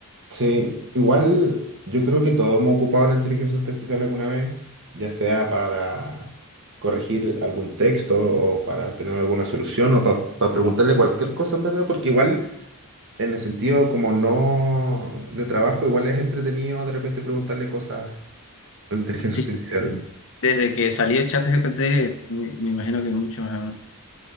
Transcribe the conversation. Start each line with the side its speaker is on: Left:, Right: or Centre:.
Right: Sí, igual yo creo que todos hemos ocupado la inteligencia artificial alguna vez, ya sea para corregir algún texto o para tener alguna solución o para preguntarle cualquier cosa en verdad, porque igual en el sentido como no de trabajo, igual es entretenido de repente preguntarle cosas a la inteligencia
Left: ¿no? Sí,
Right: artificial.
Left: eh, Desde que salió ChatGPT, me, me imagino que muchos han,